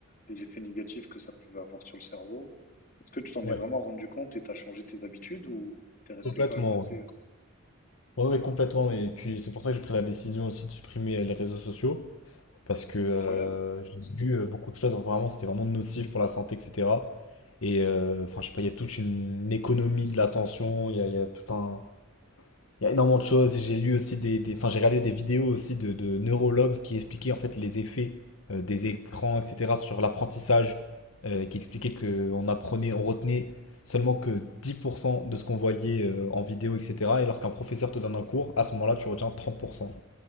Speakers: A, on the left; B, on the left.
A: des effets négatifs que ça pouvait avoir sur le cerveau. Est-ce que tu t'en
B: Ouais,
A: es vraiment rendu compte et t'as changé tes habitudes ou t'es resté
B: complètement.
A: quand même assez
B: Ouais,
A: euh,
B: ouais, ouais, complètement. Et puis, c'est pour ça que j'ai pris la décision aussi de supprimer euh, les réseaux sociaux. parce que euh,
A: incroyable?
B: j'ai vu euh, beaucoup de choses, vraiment, c'était vraiment nocif pour la santé, etc. Et euh, enfin, je sais pas, il y a toute une, économie de l'attention, il y a, il y a tout un. Il y a énormément de choses. et J'ai lu aussi des, des- enfin, j'ai regardé des vidéos aussi de, de neurologues qui expliquaient en fait les effets euh, des écrans, etc., sur l'apprentissage, euh, qui expliquaient qu'on apprenait, on retenait seulement que 10% de ce qu'on voyait euh, en vidéo, etc. Et lorsqu'un professeur te donne un cours, à ce moment-là, tu retiens 30%.